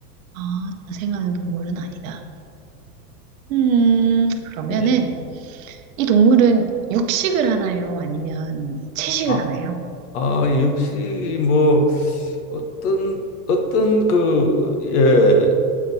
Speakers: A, on the right (about 55°); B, on the left (about 65°).
A: 아, 자생하는 동물은 아니다. 음, 그러면은
B: 네.
A: 이 동물은 육식을 하나요? 아니면 채식을
B: 아,
A: 하나요?
B: 아, 육식이 뭐 어떤 어떤 그 예,